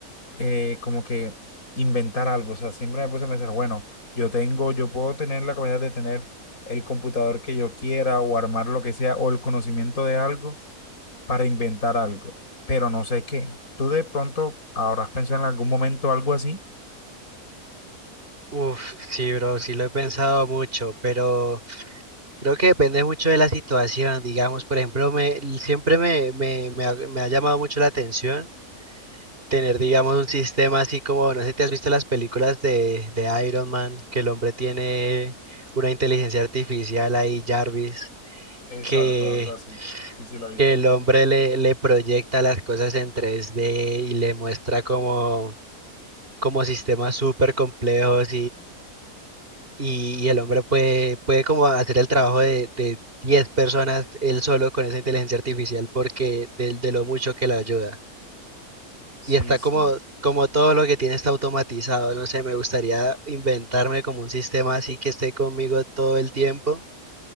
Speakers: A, on the left; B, on the right.
A: eh, como que inventar algo. O sea, siempre me puse a pensar, bueno, yo tengo, yo puedo tener la capacidad de tener el computador que yo quiera o armar lo que sea o el conocimiento de algo para inventar algo, pero no sé qué. ¿Tú de pronto habrás pensado en algún momento algo así?
B: Uf, sí, bro, sí lo he pensado mucho, pero... Creo que depende mucho de la situación, digamos, por ejemplo, me, siempre me, me, me ha, me ha llamado mucho la atención tener, digamos, un sistema así como, no sé, si ¿te has visto las películas de, de Iron Man? Que el hombre tiene una inteligencia artificial ahí, Jarvis,
A: Exacto,
B: que,
A: algo así. Sí, sí, lo he visto.
B: que el hombre le, le proyecta las cosas en 3D y le muestra como, como sistemas súper complejos y, y el hombre puede, puede como hacer el trabajo de, de 10 personas él solo con esa inteligencia artificial porque de, de lo mucho que la ayuda.
A: Sí,
B: Y está
A: sí.
B: como, como todo lo que tiene está automatizado, no sé, me gustaría inventarme como un sistema así que esté conmigo todo el tiempo,